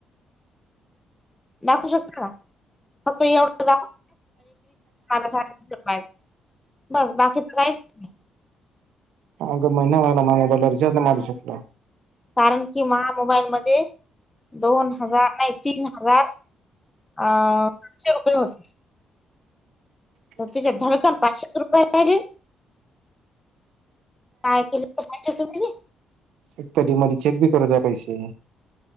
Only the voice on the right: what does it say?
अग महिना व्हायला. मला मोबाईलला रच्ज नाही मारू शको
<unintelligible>
एकटी मध्ये चेक बी कत <unintelligible> पैसे.